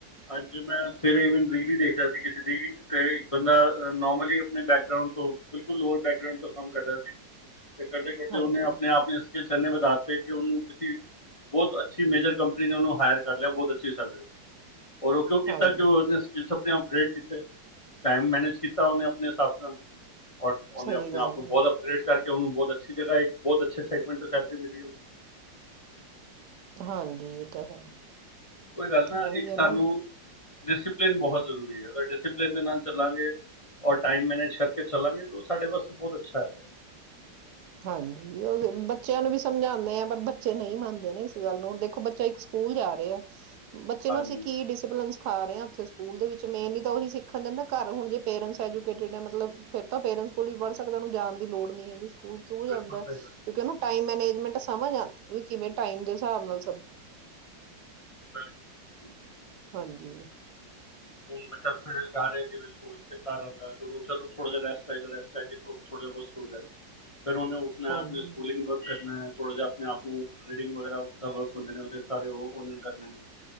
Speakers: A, on the left; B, on the right.
A: ਅੱਜ ਮੈਂ ਸਵੇਰੇ ਈਵਨ ਰੀਲ ਹੀ ਦੇਖ ਰਿਹਾ ਸੀ ਕਿਸੇ ਦੀ ਤੇ ਇੱਕ ਬੰਦਾ ਨੋਰਮਲੀ ਆਪਣੇ ਬੈਕਗ੍ਰਉਂਡ ਤੋਂ ਬਿਲਕੁਲ ਲੋਅਰ ਬੈਕਗਉਂਡ ਤੋਂ ਕੰਮ ਕਰ ਰਿਹਾ ਸੀ ਤੇ ਕਰਦੇ ਕਰਦੇ
B: ਹਾਂਜੀ
A: ਉਹਨੇ ਆਪਣੇ ਆਪ ਨੇ ਵਧਾ ਉਹਨੂੰ ਬਹੁਤ ਅੱਛੀ ਮੇਜਰ ਕੰਪਨੀ ਨੇ ਉਹਨੂੰ ਹਾਇਰ ਕਰ ਲਿਆ ਬਹੁਤ ਅੱਛੀ ਸੈਲਰੀ ਔਰ ਉਹ ਕਿਉਂ ਕੀਤਾ
B: ਹਾਂਜੀ
A: ਕਿ ਉਹਨੇ ਅਗ੍ਰਡ ਕੀਤੇ ਟਾਈਮ ਮੈਨੇਜ ਕੀਤਾ ਉਹਨੇ ਆਪ ਆਪ ਔਰ ਉਹਨੇ
B: ਸਹੀ
A: ਆਪਣੇ
B: ਗੱਲ
A: ਆਪ ਨੂੰ ਬਹੁਤ
B: ਆ
A: ਅਪਗ੍ਰਡ ਕਰਕੇ ਨੂੰ ਬਹੁਤ ਅੱਛੀ ਜਗਾ ਇੱਕ ਬਹੁਤ ਅੱਛ ਸੈਗਮੈਂਟ ਚਰੀ ਮਿਲੀਗੀਨ
B: ਹਾਂਜੀ ਇਹ ਤਾਂ ਹੈ
A: ਕੋਈ ਗੱਲ ਨਾ
B: ਉਹੀ
A: ਇੱਕ ਸਾਨੂੰ
B: ਹੈ ਨਾ
A: ਡਿਸਿਪਲਿਨ ਬਹੁਤ ਜ਼ਰੂਰੀ ਹੈ ਅਗਰ ਡਿਸਪਲਿਨ ਦੇ ਨਾਲ ਚੱਲਾਂਗੇ ਔਰ ਟਾਈਮ ਮੈਨੇਜ ਕਰਕੇ ਚੱਲਾਂਗੇ ਤਾਂ ਉਹ ਸਾਡੇ ਵਾਸਤੇ ਬਹੁਤ ਅੱਛਾ ਹੈ
B: ਹਾਂਜੀ ਉਹ ਬੱਚਿਆਂ ਨੂੰ ਵੀ ਸਮਝਾਉਂਦੇ ਆ ਪਰ ਬੱਚੇ ਨਹੀਂ ਮੰਨਦੇ ਨੇ ਇਸ ਗੱਲ ਨੂੰ ਦੇਖੋ ਬੱਚਾ ਇੱਕ ਸਕੂਲ ਜਾ ਰਿਹਾ ਆ ਬੱਚੇ
A: ਹਾਂਜੀ
B: ਨੂੰ ਅਸੀਂ ਕੀ ਡਿਸਪਲਨ ਸਿਾ ਰਹੇ ਹਾਂ ਉੱਥੇ ਸਕੂਲ ਦੇ ਵਿੱਚ ਮੇਨਲੀ ਤਾਂ ਉਹੀ ਸਿੱਖਣ ਜਾਂਦਾ ਘਰ ਹੁਣ ਜੇ ਪੇਰੈਂਟਸ ਐਜੂਕੇਟਿਡ ਆ ਮਤਲਬ ਫਿਰ ਤਾਂ ਪੇਰੈਂਟਸ ਕੋਲ ਵੀ ਪੜ੍ਹ ਸਕਦਾ ਉਹਨ ਜਾਣ ਦੀ ਲੋੜ ਨ ਨਹੀਂ ਹੈਗੀ <inaudible> ਓ ਸਕੂਲ
A: ਬਿਲਕੁਲ
B: ਜਾਦਾ ਕਿਉਂ
A: ਸਹੀ ਗੱਲ
B: ਕਿ, ਟਾਈਮ ਮੈਨੇਜ ਸਮਝ ਆ ਕਿਵੇਂ ਟਾਈਮ ਦੇ ਹਿਸਾਬ ਨਾਲ
A: ਬਿਲਕੁਲ।
B: ਹਾਂਜੀ,
A: ਹੁਣ ਬੱਚਾ ਜਾ ਰਿਹਾ ਜਿਵੇ ਸਕੂਲ, ਤੇ ਘਰ ਆਂਦਾ ਤੇਥੋੜਾ ਜਿਹਾ ਰੈਸਟ ਚਾਹੀਦਾ ਤਾ ਕੇ ਥੋੜਾ ਹੌਰ ਸਕੂਨ ਲਏ। ਫਿਰ ਓਨੇ ਉੱਠਣਾ,
B: ਹਾਂਜੀ
A: ਆਪਣੇ ਸਕੂਲਿੰਗ ਵਰਕ ਕਰਨਾਂ। ਥੋੜਾ ਜ ਆਪਣੇ ਆਪ ਨੂੰ ਰੀਡਿੰਗ ਵਗੈਰਾ ਦਾ ਵਰਕ ਹੁੰਦੇ ਨੇ, ਸਾਰੇ ਉਹ ਕਰਨੇ ਨੇ।